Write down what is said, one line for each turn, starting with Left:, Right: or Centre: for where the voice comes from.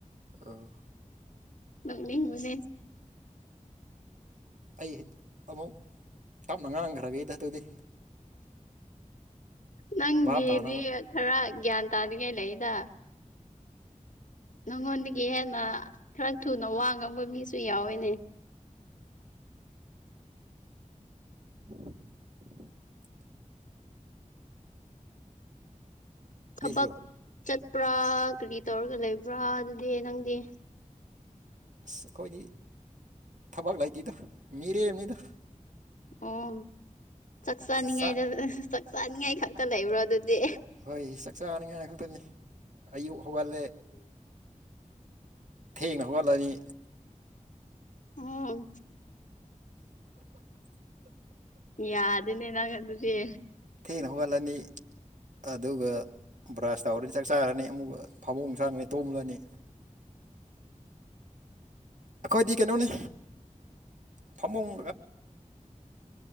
Right: ꯑꯧ
Left: ꯅꯪꯅꯤ ꯃꯅꯦ
Right: ꯑꯩ ꯑꯃꯨꯛ ꯇꯞꯅ ꯉꯥꯡꯈ꯭ꯔꯒꯦꯗ ꯑꯗꯨꯗꯤ
Left: ꯅꯪꯒꯤꯗꯤ
Right: ꯚꯥꯞ ꯇꯥꯅꯕ
Left: ꯈꯔ ꯒ꯭ꯌꯥꯟ ꯇꯥꯅꯤꯡꯉꯥꯏ ꯂꯩꯗ ꯅꯪꯉꯣꯟꯗꯒꯤ ꯍꯦꯟꯅ ꯈꯔ ꯊꯨꯅ ꯋꯥ ꯉꯥꯡꯕ ꯃꯤꯁꯨ ꯌꯥꯎꯋꯤꯅꯦ
Right: <unintelligible>
Left: ꯊꯕꯛ
Right: ꯂꯩꯕ꯭ꯔꯣ
Left: ꯆꯠꯄ꯭ꯔꯥ ꯀꯔꯤ ꯇꯧꯔꯒ ꯂꯩꯕ꯭ꯔꯥ ꯑꯗꯨꯗꯤ ꯅꯪꯗꯤ
Right: ꯑꯁ ꯑꯩꯈꯣꯏꯗꯤ ꯊꯕꯛ ꯂꯩꯇꯦꯗ ꯃꯤꯔꯦꯝꯅꯤꯗ
Left: ꯑꯣ ꯆꯥꯛ ꯆꯥꯅꯤꯉꯥꯏꯗ
Right: ꯆꯥꯛ
Left: ꯆꯥꯛ ꯆꯥꯅꯤꯡꯉꯥꯏ ꯈꯛꯇ ꯂꯩꯕ꯭ꯔꯣ ꯑꯗꯨꯗꯤ
Right: ꯍꯣꯏ ꯆꯥꯛ ꯆꯥꯅꯤꯡꯉꯥꯏ ꯈꯛꯇꯅꯤ ꯑꯌꯨꯛ ꯍꯧꯒꯠꯂꯦ ꯊꯦꯡꯅ ꯍꯠꯂꯗꯤ
Left: ꯑ ꯌꯥꯗꯦꯅꯦ ꯅꯪ ꯑꯗꯨꯗꯤ
Right: ꯊꯦꯡꯅ ꯍꯧꯒꯠꯂꯅꯤ ꯑꯗꯨꯒ ꯕ꯭ꯔꯥꯁ ꯇꯧꯔꯗꯤ ꯆꯥꯛ ꯆꯥꯔꯅꯤ ꯑꯃꯨꯛꯀ ꯐꯃꯣꯡ ꯆꯥꯉꯅꯤ ꯇꯣꯝꯂꯅꯤ ꯑꯩꯈꯣꯏꯗꯤ ꯀꯩꯅꯣꯅꯤ ꯐꯃꯨꯡ